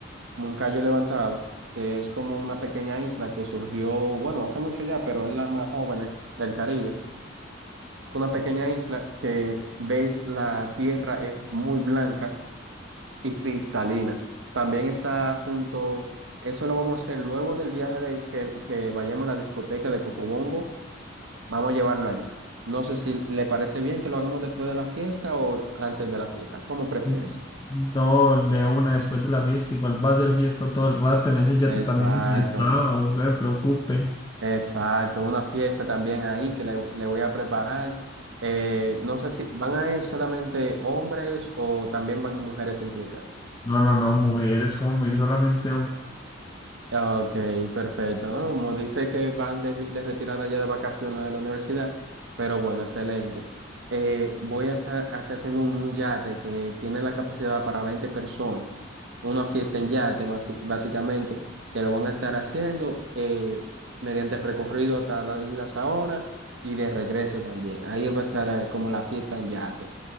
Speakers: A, on the right (about 70°); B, on the left (about 20°).
A: como un callo levantado, que es como una pequeña isla que surgió, bueno, hace mucho ya, pero es la más joven del Caribe. Una pequeña isla que ves la tierra es muy blanca y cristalina. También está junto, eso lo vamos a hacer luego del viaje de que, que vayamos a la discoteca de Cocobongo, vamos a llevarlo allá. No sé si le parece bien que lo hagamos después de la fiesta o antes de la fiesta, como prefieres.
B: Mm, No, de una, después de la fiesta, igual va a ser fiesta todo el rato, en ese yate
A: Exacto,
B: también es fiesta, no me preocupe.
A: exacto. Una fiesta también ahí que le, le voy a preparar. Eh, no sé si van a ir solamente hombres o también van mujeres incluidas.
B: No, no, no, mujeres, como ir solamente a un-
A: Ok, perfecto, ¿no? Como dice que van de, vi- de retirar allá de vacaciones de la universidad, pero bueno, excelente. Eh, voy a hacer, a estar haciendo un, un yate que tiene la capacidad para 20 personas, una fiesta en yate, basi- básicamente, que lo van a estar haciendo eh, mediante el recorrido hasta la isla Saona y de regreso también. Ahí va a estar eh, como la fiesta en yate.